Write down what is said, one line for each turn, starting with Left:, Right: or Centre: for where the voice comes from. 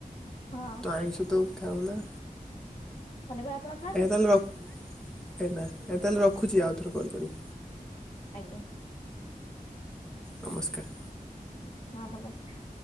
Left: ହଁ।
Centre: ତ ଆଇସ ତ ଖାଉନା।
Left: ଶନିବାର ଆପଣ ଖାଆନ୍ତି
Centre: ଏ ତାହେଲେ ରଖ ଏ ନା ଏ ତା ହେଲେ ରଖୁଛି ଆଉଥରେ କଲ୍ କରିବି।
Left: ଆଜ୍ଞା।
Centre: ନମସ୍କାର।
Left: ହଁ ନମସ୍କାର।